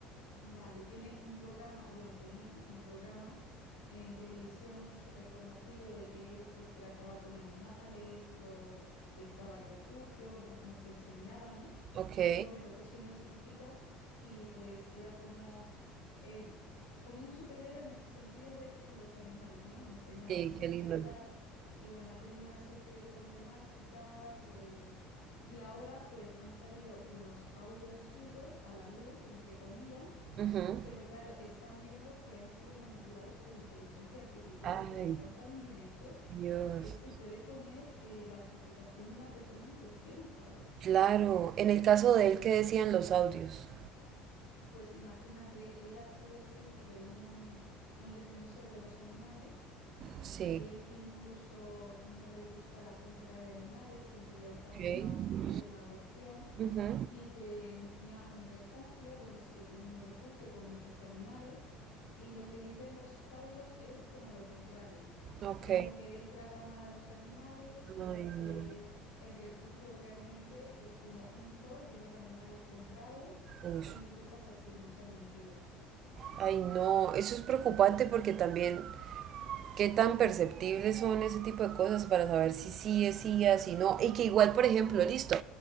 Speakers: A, on the left (about 80°); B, on the right (about 50°).
A: Vale, tiene un programa, bueno, tenía un programa en televisión súper conocido de que él pues trataba con animales, los, les daba refugio, no- nos enseñaba, ¿no?
B: Ok,
A: Yo me tocó siendo chiquitita y pues era como, eh, como un superhéroe en el sentido de con los animales, ¿no? Nos enseñaba
B: sí,
A: mucho
B: qué lindo.
A: y tal. Y bueno, ha tenido una serie de problemáticas. eh, y ahora pues han salido unos audios suyos a la luz, entre comillas
B: Ujú.
A: pero claro, están viendo que han sido manipulados por inteligencia artificial,
B: Ay,
A: pero están tan bien hechos
B: Dios.
A: que es que puede poner eh, la reputación de una persona en cuestión, ¿sabes?
B: Claro, en el caso de él, ¿qué decían los audios?
A: Pues imagínate, él ha sido siempre un, un defensor de los animales
B: Sí,
A: Él incluso no le gusta la compra de animales, siempre opta
B: ok.
A: por la, opci- por la adopción
B: Ujú.
A: y tenía un refugio, bueno, sigue teniendo un refugio con muchos animales y lo que dicen los audios es como lo contrario,
B: Ok.
A: como que él trata mal a los animales, como
B: Ay, no.
A: que el refugio realmente es como un zoo lleno de animales comprados
B: Ush.
A: y cosas así, muchas mentiras.
B: Ay, no, eso es preocupante porque también qué tan perceptibles son ese tipo de cosas para saber si sí es sí si no, y que igual, por ejemplo, listo,